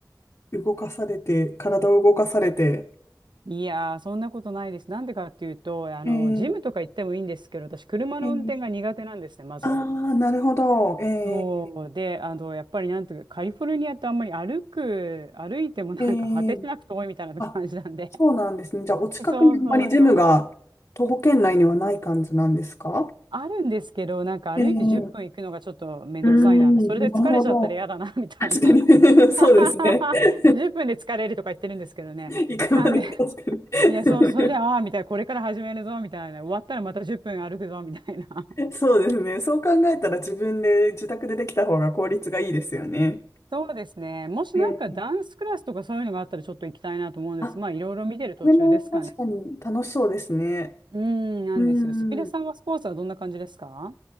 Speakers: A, on the left; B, on the right.
A: 動かされて、体を動かされて。
B: いやー、そんなことないです。なんでかっていうと、あの、
A: ええ
B: ジムとか行ってもいいんですけど、私、車の運転が苦手なんですね、
A: ええ
B: まず。
A: ああー、なるほど。ええ
B: そうで、あの、やっぱりなんというか、カリフォルニアってあんまり歩く、歩いてもなんか果てしなく遠いみたいな感じなんで。
A: ええあ、そうなんですね。じゃあ、お近くにあんまりジムが、
B: <laughs> そうそうそう。
A: 徒歩圏内にはない感じなんですか
B: あるんですけど、なんか歩いて10分行くのがちょっとめんどくさいな、
A: ええ、うーん、
B: それで疲れちゃったら嫌だな、
A: なるほど。
B: みたいな。
A: 確かに <laughs> そうですね。
B: <laughs>
A: <laughs>
B: 10分で疲れるとか言ってるんですけどね。
A: 行くまでに確かに
B: なんで、いや、そう、それで、ああ、みたいな、これから始めるぞ、みたいな、終わったらまた10分歩くぞ、みたいな。
A: <laughs> そうですね。そう考えたら自分で自宅でできた方が効率がいいですよね。
B: そうですね。もしなんかダンスクラスとかそういうのがあったらちょっと行きたいなと思うんです。
A: ええあ、
B: まあいろいろ見てる途中ですかね。
A: これも確かに楽しそうですね。
B: うん、なんですよ。
A: うん。
B: すみれさんはスポーツはどんな感じですか